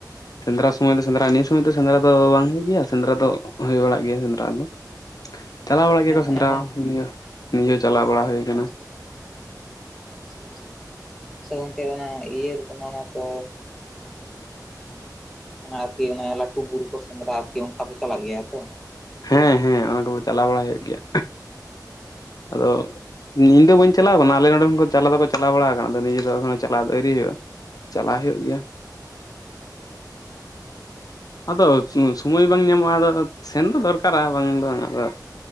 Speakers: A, on the left; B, in the centre.
A: ᱥᱮᱸᱫᱽᱨᱟ ᱥᱚᱢᱚᱭ ᱫᱚ ᱥᱮᱸᱫᱽᱨᱟ ᱱᱤᱭᱟᱹ ᱥᱚᱢᱚᱭ ᱫᱚ ᱥᱮᱸᱫᱽᱨᱟ ᱫᱚ ᱵᱟᱝ ᱦᱩᱭᱩᱜ ᱜᱮᱭᱟ ᱥᱮᱸᱫᱽᱨᱟ ᱫᱚ ᱦᱩᱭ ᱵᱟᱲᱟᱜ ᱜᱮᱭᱟ ᱥᱮᱸᱫᱽᱨᱟ ᱫᱚ᱾ ᱪᱟᱞᱟᱣ ᱵᱟᱲᱟ
B: ᱦᱮᱸ
A: ᱜᱮᱭᱟᱠᱚ
B: ᱚᱱᱮ
A: ᱥᱮᱸᱫᱽᱨᱟ
B: ᱚᱱ
A: ᱱᱤᱡᱮ ᱪᱟᱞᱟᱣ ᱵᱟᱲᱟ ᱦᱩᱭ᱾ ᱟᱠᱟᱱᱟ
B: ᱟᱪᱪᱷᱟ ᱟᱪᱪᱷᱟ ᱟᱪᱪᱷᱟ᱾ ᱟᱪᱪᱷᱟ ᱜᱚᱢᱠᱮ ᱚᱱᱟ ᱤᱭᱟᱹ ᱠᱟᱱᱟ ᱚᱱᱟ ᱛᱚ ᱚᱱᱟ ᱟᱨᱠᱤ ᱚᱱᱮ ᱞᱟᱹᱴᱩ ᱵᱩᱨᱩ ᱠᱚ ᱥᱮᱸᱫᱽᱨᱟ ᱟᱨᱠᱤ ᱚᱱᱠᱟ ᱯᱮ ᱪᱟᱞᱟᱜ ᱜᱮᱭᱟ ᱛᱚ?
A: ᱦᱮᱸ ᱦᱮᱸ ᱚᱱᱟ ᱠᱚᱫᱚ ᱪᱟᱞᱟᱣ ᱵᱟᱲᱟ ᱦᱩᱭᱩᱜ ᱜᱮᱭᱟ᱾ ᱟᱫᱚ ᱤᱧ ᱫᱚ ᱵᱟᱹᱧ ᱪᱟᱞᱟᱣ ᱟᱠᱟᱱᱟ ᱟᱞᱮ ᱱᱚᱰᱮ ᱠᱷᱚᱱ ᱪᱟᱞᱟ ᱫᱚᱠᱚ ᱪᱟᱞᱟᱣ ᱵᱟᱲᱟ ᱟᱠᱟᱱᱟ ᱟᱫᱚ ᱱᱤᱡᱮ ᱫᱚ ᱮᱠᱷᱚᱱᱟᱴᱚ ᱪᱟᱞᱟᱣ ᱫᱚ ᱟᱹᱣᱨᱤ ᱦᱩᱭᱩᱜ-ᱟ᱾ ᱪᱟᱞᱟᱜ ᱦᱩᱭᱩᱜ ᱜᱮᱭᱟ᱾ ᱟᱫᱚ ᱥᱩ ᱥᱩᱢᱚᱭ ᱵᱟᱝ ᱧᱟᱢᱚᱜ-ᱟ ᱟᱫᱚ ᱥᱮᱱ ᱫᱚ ᱫᱚᱨᱠᱟᱨᱟ ᱵᱟᱝ ᱫᱚ ᱵᱟᱝ ᱟᱫᱚ